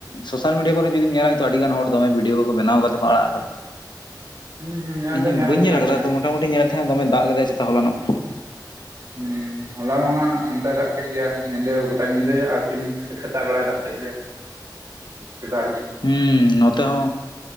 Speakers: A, on the left (about 80°); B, on the right (about 50°).
A: ᱥᱳᱥᱟᱞ ᱢᱤᱰᱤᱭᱟ ᱠᱚᱨᱮ ᱡᱩᱫᱤᱢ ᱞᱮᱞᱟ ᱱᱤᱛᱚᱜ ᱟᱹᱰᱤ ᱜᱟᱱ ᱦᱚᱲ ᱫᱚᱢᱮ ᱵᱷᱤᱰᱤᱭᱳ ᱠᱚ ᱠᱚ ᱵᱮᱱᱟᱣ ᱠᱟᱛᱮ ᱠᱚ ᱟᱲᱟᱜ ᱟᱠᱟᱫᱟ
B: ᱦᱩᱸ ᱦᱩᱸ ᱧᱮᱞ
A: ᱤᱧ
B: ᱫᱚ
A: ᱦᱚᱸ ᱵᱟᱹᱧ
B: ᱦᱩᱭ
A: ᱧᱮᱞ
B: ᱟᱠᱟᱱ
A: ᱟᱠᱟᱫᱟ
B: ᱜᱮᱭᱟ
A: ᱛᱚ ᱢᱚᱴᱟᱢᱩᱴᱤᱧ ᱧᱮᱞᱮᱫ ᱛᱟᱦᱮᱸᱫ ᱫᱚᱢᱮ ᱫᱟᱜ ᱞᱮᱫᱟᱭ ᱪᱮᱛᱟ ᱦᱚᱞᱟᱱᱚᱜ
B: <unintelligible> ᱦᱩᱸ ᱦᱚᱞᱟ ᱢᱟ ᱦᱟᱸᱜ ᱚᱱᱛᱮ ᱫᱟᱜ ᱠᱮᱫ ᱜᱮᱭᱟ᱾ ᱧᱤᱫᱟᱹ ᱜᱚᱴᱟ ᱧᱤᱫᱟᱹ ᱟᱨ ᱛᱤᱦᱤᱧ ᱥᱮᱛᱟᱜ ᱵᱮᱲᱟᱭ ᱫᱟᱜ ᱠᱮᱫ ᱜᱮᱭᱟ᱾ ᱥᱮᱛᱟᱜ ᱦᱟᱹᱵᱤᱡ
A: ᱦᱩᱸᱻ ᱱᱚᱛᱮ ᱦᱚᱸ᱾